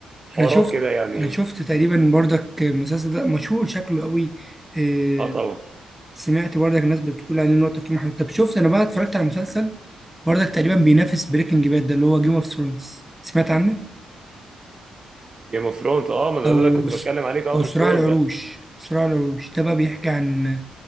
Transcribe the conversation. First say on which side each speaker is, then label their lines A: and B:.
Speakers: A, on the right (about 30°); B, in the centre.
A: حوارات
B: انا شفت
A: كده يعني
B: انا شفت تقريبا برضك المسلسل ده مشهور شكله قوي آه،
A: اه طبعا
B: سمعت برضك الناس بتقول عليه ان هو تقييمه حلو طب شفت انا بقى اتفرجت على مسلسل برضك تقريبا بينافس بريكنج باد ده اللي هو جيم اوف ثرونز سمعت عنه
A: جيم اوف ثرونز اه ما ده
B: او
A: اللي كنت
B: س-
A: بتكلم عليه في أول
B: او صراع
A: الكول
B: العروش
A: ده
B: صراع العروش ده بقى بيحكي عن